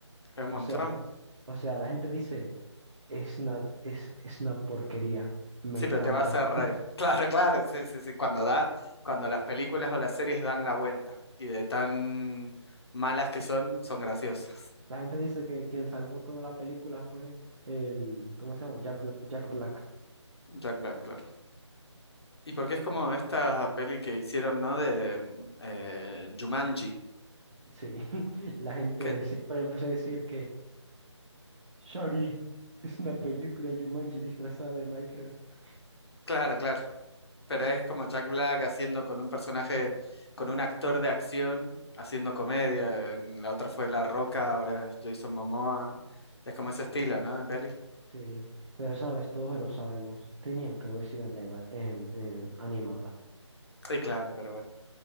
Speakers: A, on the left; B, on the right.
A: es un montón.
B: O sea, o sea, la gente dice, es una, es, es una porquería, me
A: Sí,
B: encanta.
A: pero te vas a reír. <laughs> Claro, claro, sí, sí, sí. Cuando da, cuando las películas o las series dan la vuelta y de tan malas que son, son graciosas.
B: La gente dice que quien salvó toda la película fue el, ¿cómo se llama? Jack Bla- Jack Black.
A: Jack Black, claro. Y porque es como esta peli que hicieron, ¿no? De mm, eh, Jumanji.
B: Sí, <laughs> la gente
A: que
B: siempre empezó a decir Shaggy es una película Jumanji disfrazada de Minecraft.
A: Claro, claro. Pero es como Jack Black haciendo con un personaje, con un actor de acción, haciendo comedia. En La otra fue La Roca, ahora es Jason Momoa. Es como ese estilo, ¿no? De peli.
B: Sí, pero sabes, todos lo sabemos. Tenía que haber sido en live, ac- en, en animada.
A: Y claro, pero bueno.